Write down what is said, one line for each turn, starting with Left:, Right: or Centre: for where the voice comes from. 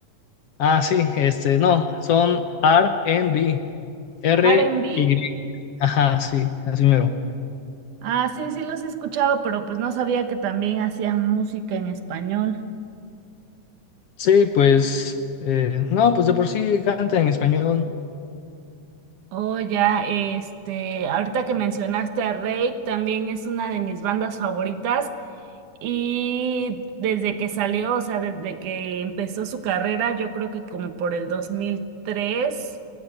Left: Ah, sí, este, no, son R and B R-Y,
Right: R&B.
Left: ajá, sí, así mero.
Right: Ah, sí, sí los he escuchado, pero pues no sabía que también hacían música en español.
Left: Sí, pues, eh, no, pues de por sí canta en español,
Right: Oh, ya, este, ahorita que mencionaste a Rake, también es una de mis bandas favoritas y desde que salió, o sea, desde que empezó su carrera, yo creo que como por el 2003,